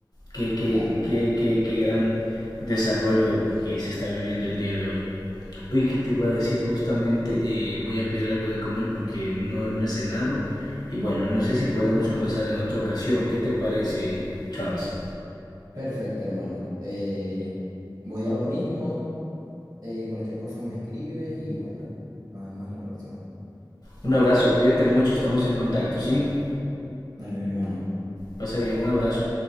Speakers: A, on the left; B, on the right.
A: Qué, qué,
B: Claro.
A: qué, qué, qué gran desarrollo que se está viviendo el día de hoy. Oye, que te iba a decir justamente, eh, voy a pedir algo de comer porque no, no he cenado. Y bueno, no sé si podemos conversar en otra ocasión. ¿Qué te parece, Charles?
B: Perfecto, hermano. Eh, voy a lo mismo. eh, cualquier cosa me escribes y bueno, nos vemos en la próxima.
A: Un abrazo, cuídate mucho, estamos en contacto, ¿sí?
B: Dale, mi hermano.
A: Pasa bien, un abrazo.